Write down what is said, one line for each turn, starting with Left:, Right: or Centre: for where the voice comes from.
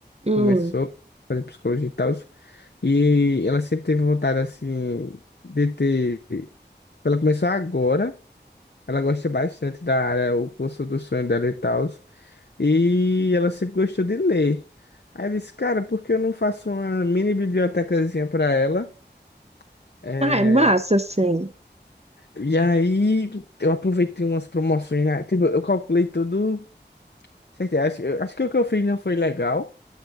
Right: Uhum.
Left: começou
Right: Hum.
Left: a fazer psicologia e tal. E ela sempre teve vontade, assim, de ter. Ela começou agora, ela gosta bastante da área, o curso do sonho dela e tal. E ela sempre gostou de ler. Aí eu disse, cara, por que eu não faço uma mini bibliotecazinha pra ela? É,
Right: Ah, é massa, sim.
Left: E aí eu aproveitei umas promoções, né? Tipo, eu calculei tudo certinho. Acho, eu- acho que o que eu fiz não foi legal,